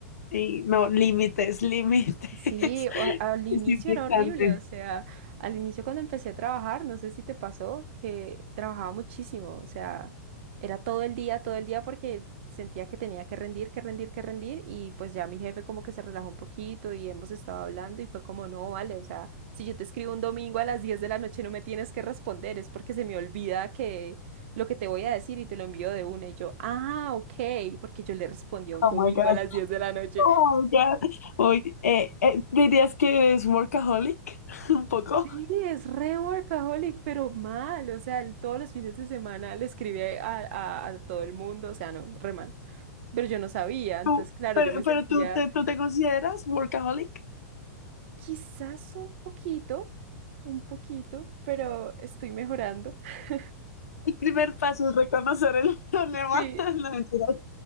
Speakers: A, on the left; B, on the right.
A: Sí, no, límites, límites.
B: Sí,
A: <laughs>
B: o- al inicio
A: Es importante.
B: era horrible, o sea, al inicio cuando empecé a trabajar, no sé si te pasó, que trabajaba muchísimo, o sea, era todo el día, todo el día porque sentía que tenía que rendir, que rendir, que rendir y pues ya mi jefe como que se relajó un poquito y hemos estado hablando y fue como, no, vale, o sea, si yo te escribo un domingo a las 10 de la noche no me tienes que responder, es porque se me olvida que lo que te voy a decir y te lo envío de una y yo, ah, ok, porque yo le respondí un
A: Oh
B: domingo
A: my God.
B: a las 10 de la noche.
A: Oh my God. Uy, eh, eh, ¿dirías que eres workaholic? <laughs> Un poco.
B: Sí, es re workaholic, pero mal, o sea, el- todos los fines de semana le escribía a, a- a todo el mundo, o sea, no, re mal, pero yo no sabía, entonces,
A: Tú-
B: claro,
A: pero,
B: yo me
A: pero
B: sentía
A: tú te, tú te consideras workaholic?
B: quizás un poquito, un poquito, pero estoy mejorando. <laughs>
A: El primer paso es reconocer el <laughs> problema.
B: Sí,
A: <laughs> No, mentiras.